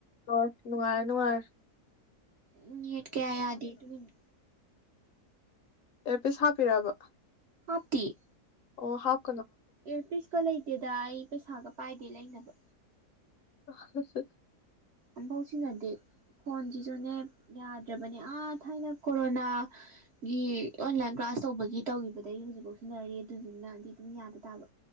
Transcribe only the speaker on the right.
ꯎꯝ ꯅꯦꯠ ꯀꯌꯥ ꯌꯥꯗꯦ ꯑꯗꯨꯒꯤꯅꯦ
ꯍꯥꯞꯇꯤꯌꯦ
ꯏꯌꯥꯔꯄꯤꯁꯀ ꯂꯩꯇꯦꯗ ꯑꯩ ꯄꯩꯁꯥꯒ ꯄꯥꯏꯗꯦ ꯂꯩꯅꯕ
ꯑꯝꯐꯥꯎ ꯁꯤꯖꯤꯟꯅꯗꯦ ꯐꯣꯟꯁꯤꯁꯨꯅꯦ ꯌꯥꯗ꯭ꯔꯕꯅꯦ ꯑꯥ ꯊꯥꯏꯅ ꯀꯣꯔꯣꯅꯥ ꯒꯤ ꯑꯣꯟꯂꯥꯏꯟ ꯀ꯭ꯂꯥꯁ ꯇꯧꯕꯒꯤ ꯇꯧꯒꯤꯕꯗꯒꯤ ꯍꯧꯖꯤꯛꯐꯥꯎ ꯁꯤꯟꯅꯔꯤ ꯑꯗꯨꯗꯨꯅꯗꯤ ꯑꯗꯨꯝ ꯌꯥꯗ ꯇꯥꯕ